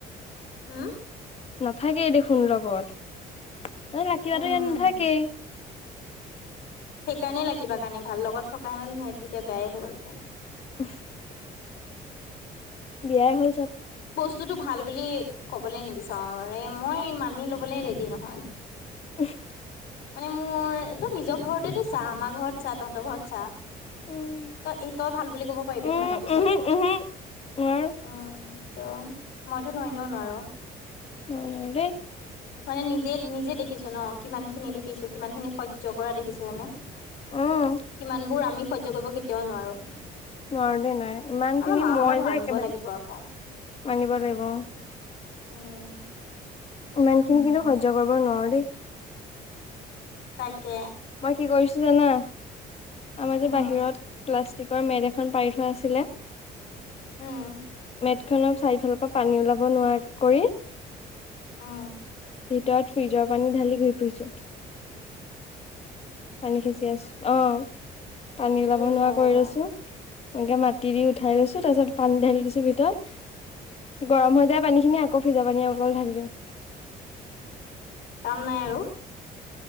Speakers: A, on the left (about 70°); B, on the left (about 35°).
A: হম।
B: নাথাকেই দেখোন লগত মান লাকী বা
A: উম
B: ইয়াত নাথাকেই।
A: সেইকাৰণে লা কিবা কাৰণে ভাল লগত থকা হেন তেতিয়া বেয়াই হ'ল।
B: উ <unintelligible> বিয়াই হ'ল চব
A: বস্তুতটো ভাল বুলি ক'বলৈ নিবিচাৰো ৰে মই মানি ল'বলৈ ৰেডি নহয়।
B: <unintelligible>
A: মানে মোৰ ত নিজৰ ঘৰতেতটো চাহ আমাৰ ঘৰত চা তহঁতৰ ঘৰত চা।
B: উম,
A: তই এই তই ভাল বুলি ক'ব পাৰিবি
B: উম,
A: সিমানৰ পিছত।
B: উহো, উহো। নোৱাৰো
A: উম ত' মইতো নানো নোৱাৰো।
B: অ', নোৱাৰোদে।
A: মানে নিজে, নিজে দেখিছোঁ ন কিমান খিনি দেখিছোঁ কিমান খিনি সহ্য কৰা দেখিছোঁ হয়নে।
B: অ',
A: সিমানবোৰ আমি সহ্য কৰিব কেতিয়াও নোৱাৰো।
B: নোৱাৰো দেই নাই ইমান
A: আমাৰ
B: খিনি
A: মাহঁতক
B: মই যে
A: মানিব
B: একেবাৰে
A: লাগিব আকৌ
B: মানিব লাগিব
A: উম।
B: ইমান খিনি কিন্তু সহ্য কৰিব নোৱাৰো দেই।
A: তাকে।
B: মই কি কৰিছোঁ জানা আমাৰ
A: উম
B: যে বাহিৰত ক্লাছ মেদ এখন পাৰি থোৱা আছিলে
A: উম।
B: মেট খন চাৰিফালৰ পৰা পানী ওলাব নোৱাৰা কৰি
A: উম।
B: ভিতৰত ফ্ৰিজৰ পানী ঢালি ঘুই ফুৰিছো পানী খেচি আছোঁ। অ', পানী ওলাব
A: হে
B: নোৱাৰা
A: ভগৱান
B: কৰি লৈছো সনকে মাত তিৰি উঠাই লৈছো তাৰ পিছত পানী ঢালি দিছো ভিতৰত গৰম হৈ যায় পানী খিনি আকৌ ফ্ৰিজৰ পানী আৰু অকণ
A: কাম নাই আৰু